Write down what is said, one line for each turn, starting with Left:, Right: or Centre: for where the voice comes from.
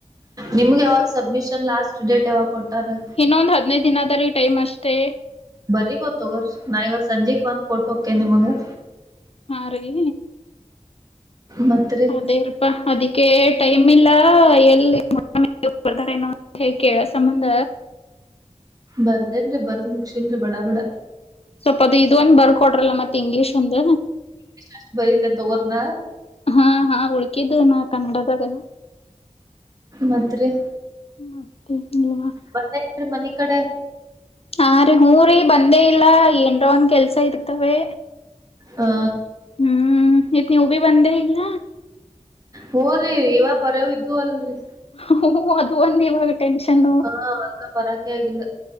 Right: ನಿಮ್ಗ ಯಾವಾಗ ಸಬ್ಮಿಷನ್ ಲಾಸ್ಟ್ ಡೇಟ್ ಯಾವಾಗ ಕೊಟ್ಟಾರಿ
Left: ಇನ್ನೊಂದು ಹದಿನೈದು ದಿನ ಅದರೀ ಟೈಮ್ ಅಷ್ಟೇ.
Right: ಬರಿ ಗೊತ್ತಗರ್ ನಾ ಇವಾಗ ಸಂಜೆಗ್ ಬಂದ್ ಕೊಟ್ಟು ಹೋಗತ್ತೀನಿ ನಿಮಗ
Left: ಅವರಿಗೇ
Right: ಮತ್ತ್ ರೀ
Left: ದೇವ್ರಪ್ಪ ಅದಕ್ಕೆ ಟೈಮ್ ಇಲ್ಲ ಎಲ್ಲಿ ಮ ಹೊರಗಡೆ <unintelligible> ಸಂಬಂಧ
Right: ಬರ್ದೇನ್ರಿ ಬರ್ದ್ ಮುುಕ್ಷೇನ್ರಿ ಬಡ ಬಡ
Left: ಸ್ವಲ್ಪ ಅದು ಇದೊಂದು ಬರ್ಕೊಡ್ರಿ ಮತ್ ಇಂಗ್ಲೀಷ್ ಒಂದು
Right: ಅಷ್ಟ್ ಬರೀತೇನ್ ತಗೋರ್ ನಾ
Left: ಹಾ ಹಾ ಉಳ್ಕಿದ್ದು ನ ಕನ್ನಡದಾಗನ
Right: ಮತ್ ರೀ
Left: ಮತ್ತೆ ಇಲ್ವಾ
Right: ಬಂದೆ ಇಲ್ಲ ಮನಿ ಕಡೆ
Left: ಹ ರೀ ಹುಂ ರೀ ಬಂದೇ ಇಲ್ಲ ಏನ್ರ್ ಒನ್ ಕೆಲಸ ಇರ್ತವೆ.
Right: ಹಾ
Left: ಹ್ಮ್ ಯಾಕೆ ಯೂವಿ ಬಂದೇ ಇಲ್ಲ.
Right: ಹ್ಮ್ ರೀ ಇವಾಗ ಬರೋವು ಇದ್ವ್ ಅಲ್ರೀ
Left: ಹ್ ಹ್ ಅದು ಒಂದ್ ಇವಾಗೆ ಟೆನ್ಷನ್
Right: ಹಾ ಅದ್ಕ ಬರಾಕೆ ಆಗಿಲ್ಲ